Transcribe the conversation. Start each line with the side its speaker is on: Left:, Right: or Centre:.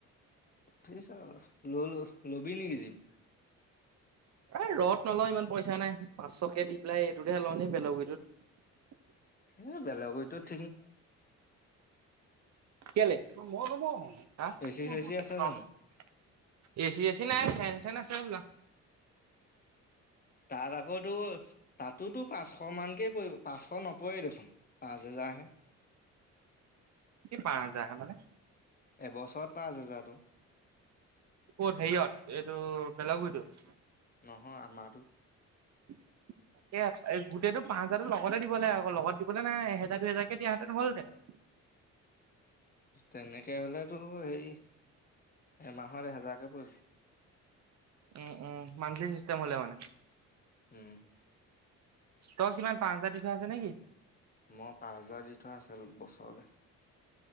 Left: উঠি ছা, ল ল ল'বি নেকি জিপ?
Right: এই ৰদ নলওঁ ইমান পইচা নাই পাঁচশ কে দি পেলাই এইটোতহে লওঁ নি বেলগীটোত।
Left: এই বেলেগঐটোত
Right: কেলে মই নমৰো। হা,
Left: এচি চেচি আছে জানো
Right: অ'। এচি চেচি নাই ফেন -চেন আছে হবলা।
Left: তাত আকৌ তো তাতোতো পাঁচশ মানকে পৰিব পাঁচশ ন- পৰে দেখোন পাঁচ হেজাৰহে।
Right: কি পাঁচ হাজাৰ হে মানে
Left: এবছৰত পাঁচ হেজাৰতো।
Right: ক'ত হেৰিয়ত এইটো বেলগুৰিটোত?
Left: নহয় আমাৰো।
Right: <inaudible> তাকে গোটেইেতটো পাঁচ হাজাৰো লগতে দিব লাগে আকৌ লগত দিবলৈ নাই এহেজাৰ দুহেজাৰক দিয়াহেঁতেন হলহতেন। <inaudible>
Left: তেনেকে হলেতো সেই, এমাহত এহেজাৰকে পৰিব।
Right: উম উম মান্থ লি চিষ্টেম হলে মানে।
Left: উম।
Right: তই কিমান পাঁচ হাজাৰ দি থোৱা আছে নে কি?
Left: মই পাঁচ হেজাৰ দি থোৱা আছিল বছৰলে।